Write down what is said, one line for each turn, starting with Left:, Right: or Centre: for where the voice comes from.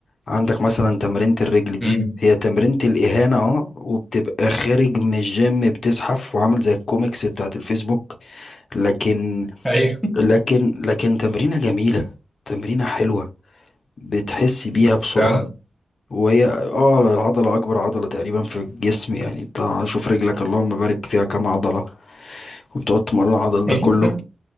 Left: عندك مثلا تمرينة الرجل دي
Centre: امم
Left: هي تمرينة الإهانة اه وبتبقى خارج من الجيم بتزحف وعامل زي الكوميكس بتاعت الفيسبوك لكن
Centre: ايوه
Left: لكن لكن تمرينة جميلة تمرينة حلوة بتحس بيها بسرعة
Centre: <laughs> فعلا
Left: وهي اه العضلة أكبر عضلة تقريبا في الجسم يعني انت شوف رجلك اللهم بارك فيها كام عضلة وبتقعد تمرن العضل ده
Centre: ايوه
Left: كله